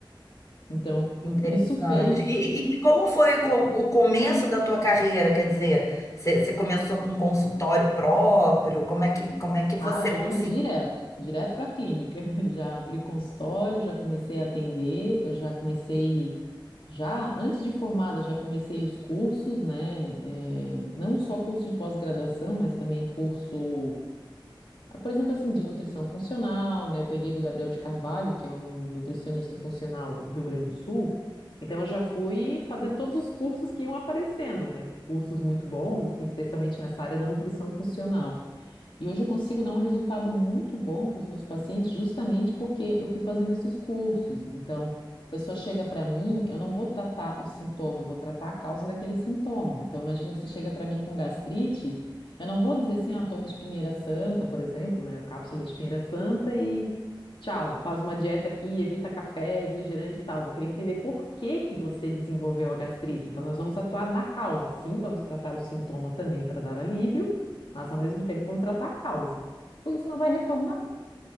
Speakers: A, on the left (about 70°); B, on the left (about 40°).
A: Então,
B: Interessante.
A: isso fez.
B: E, e- e como foi o, co- o começo da tua carreira? Quer dizer, você você começou com consultório próprio? Como é que, como é que você
A: Ah, já
B: conseguiu?
A: fui direto, direto para a clínica. <laughs> Já abri consultório, já comecei a atender, eu já comecei. Já antes de formada, já comecei os cursos, né? eh, não só curso de pós-graduação, mas também curso Ah, por exemplo, assim, de nutrição funcional, né? Eu peguei do Gabriel de Carvalho, que é um nutricionista funcional do Rio Grande do Sul. Então, eu já fui fazendo todos os cursos que iam aparecendo, né? Cursos muito bons, assim, especialmente nessa área da nutrição funcional. E hoje eu consigo dar um resultado muito bom para os meus pacientes, justamente porque eu fui fazendo esses cursos. Então, a pessoa chega para mim, eu não vou tratar o sintoma, eu vou tratar a causa daquele sintoma. Então, imagina que você chega para mim com gastrite, eu não vou dizer assim, ah, toma espinheira santa, por exemplo, né, cápsula de espinheira santa e tchau, faz uma dieta aqui, evita café, refrigerante e tal. Eu Vou querer entender por que que você desenvolveu a gastrite. Então, nós vamos atuar na causa, sim, vamos tratar o sintoma também para dar alívio mas ao mesmo tempo vão tratar a causa. Porque senão vai retornar.